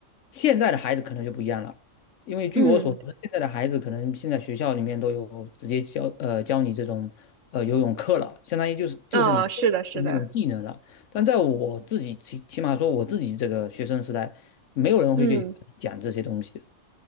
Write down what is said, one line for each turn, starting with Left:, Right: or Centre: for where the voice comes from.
Left: 现在的孩子可能就不一样了，因为据我所知，
Right: 嗯
Left: 现在的孩子可能现在学校里面都有直接教呃教你这种呃游泳课了，相当于就是就是你那种技能了。
Right: 啊，是的，是的，
Left: 但在我自己起起码说我自己这个学生时代，没有人会去讲这些东西的，
Right: 嗯，